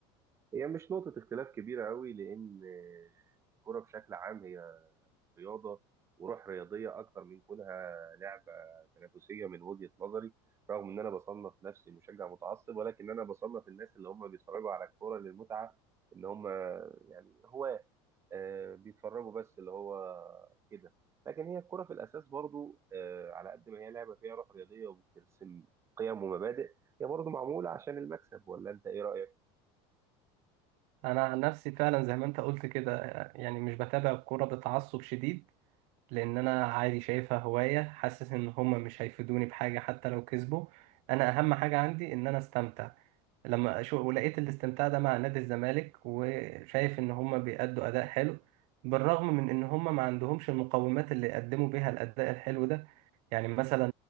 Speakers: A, on the right; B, on the right.
A: هي مش نقطة اختلاف كبيرة قوي لأن آه، الكرة بشكل عام هي رياضه وروح رياضيه اكتر من كونها لعبه تنافسيه من وجهه نظري رغم ان انا بصنف نفسي مشجع متعصب ولكن انا بصنف الناس اللي هم بيتفرجوا على الكوره للمتعه ان هم يعني هواه آه، بيتفرجوا بس اللي هو كده لكن هي الكرة في الأساس برضو آه، على قد ما هي لعبة فيها روح رياضية وبترسم قيم ومبادئ هي برضو معمولة عشان المكسب ولا أنت إيه رأيك؟
B: انا عن نفسي فعلا زي ما انت قلت كده يعني مش بتابع الكورة بتعصب شديد لان انا عادي شايفها هواية حاسس ان هما مش هيفيدوني بحاجة حتى لو كسبوا انا اهم حاجة عندي ان انا استمتع لما شو ولقيت الاستمتاع ده مع نادي الزمالك وشايف ان هما بيأدوا اداء حلو بالرغم من ان هما ما عندهمش المقومات اللي يقدموا بيها الاداء الحلو ده يعني مثلا